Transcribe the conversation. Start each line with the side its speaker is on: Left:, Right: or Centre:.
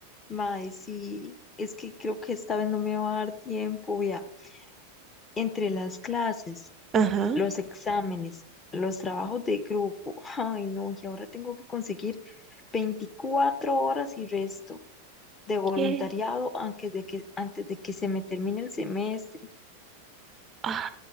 Left: Mae, sí, es que creo que esta vez no me va a dar tiempo, vea. Entre las clases,
Right: Ajá.
Left: los exámenes, los trabajos de grupo, <laughs> ay, no, y ahora tengo que conseguir 24 horas y resto de voluntariado
Right: ¿Qué?
Left: antes de que, antes de que se me termine el semestre.
Right: Ah,